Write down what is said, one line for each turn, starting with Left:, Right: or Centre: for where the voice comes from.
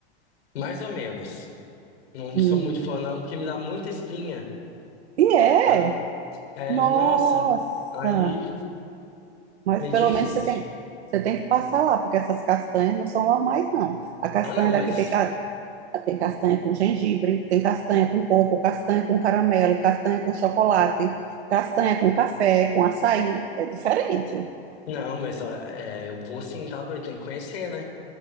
Left: Mais ou menos. Não
Right: Hum.
Left: sou muito fã não, porque me dá muita espinha.
Right: E é!
Left: Ah, é,
Right: Nossa!
Left: nossa. Aí.
Right: Mas
Left: Meio
Right: pelo
Left: difícil.
Right: menos você tem, você tem que passar lá, porque essas castanhas não são normais, não. A castanha
Left: Ah, não, mas.
Right: daqui tem, ca- Tem castanha com gengibre, tem castanha com coco, castanha com caramelo, castanha com chocolate, castanha com café, com açaí. É diferente.
Left: Não, mas ó, é, eu vou sentado tá Tem que conhecer, né?